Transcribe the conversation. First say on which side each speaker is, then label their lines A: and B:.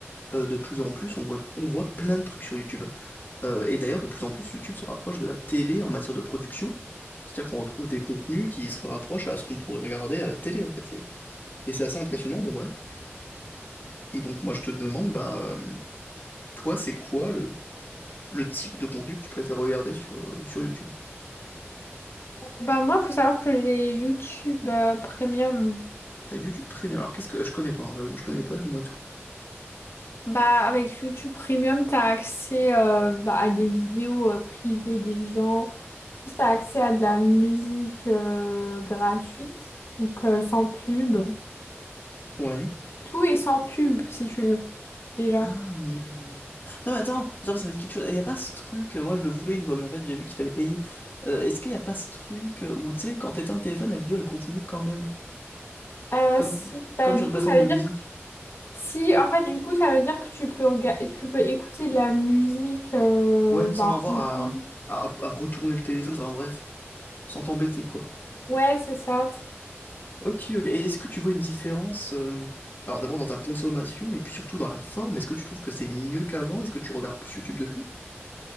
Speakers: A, on the left; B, on the left.
A: Euh, de plus en plus, on voit, on voit plein de trucs sur YouTube. Euh, et d'ailleurs, de plus en plus, YouTube se rapproche de la télé en matière de production. C'est-à-dire qu'on retrouve des contenus qui se rapprochent à ce qu'on pourrait regarder à la télé, en fait. C'est- Et c'est assez impressionnant, bon bref. Et donc moi je te demande, bah euh, toi, c'est quoi le, le type de contenu que tu préfères regarder sur, euh, sur YouTube?
B: Bah moi, faut savoir que j'ai YouTube euh, Premium.
A: T'as YouTube Premium. Alors qu'est-ce que. Je connais pas, hein, j'avoue, je connais pas, dis-moi tout.
B: Bah avec YouTube Premium, t'as accès euh, bah, à des vidéos euh, privées des gens. Puis t'as accès à de la musique euh, gratuite, donc euh, sans pub.
A: Ouais.
B: Tout est sans pub si tu veux déjà.
A: Ah oui, oui, oui, oui. Non, mais attends, ça me dit quelque chose. Il n'y a pas ce truc, euh, moi je le voulais une fois, mais en fait j'ai vu qu'il fallait payer. Euh, est-ce qu'il n'y a pas ce truc euh, où, tu sais, quand t'éteins le téléphone, la vidéo elle continue quand même?
B: Euh,
A: Comme,
B: si bah
A: comme sur
B: du
A: une
B: coup
A: plateforme
B: ça
A: de
B: veut
A: musique.
B: dire que si en fait du coup ça veut dire que tu peux rega- tu peux écouter de la musique euh,
A: Ouais,
B: bah
A: sans avoir
B: en continu.
A: à, à, à retourner le téléphone, enfin bref, sans t'embêter quoi.
B: Ouais c'est ça.
A: Ok, ok. Et est-ce que tu vois une différence, euh, alors d'abord dans ta consommation et puis surtout dans la forme? Est-ce que tu trouves que c'est mieux qu'avant? Est-ce que tu regardes plus YouTube depuis?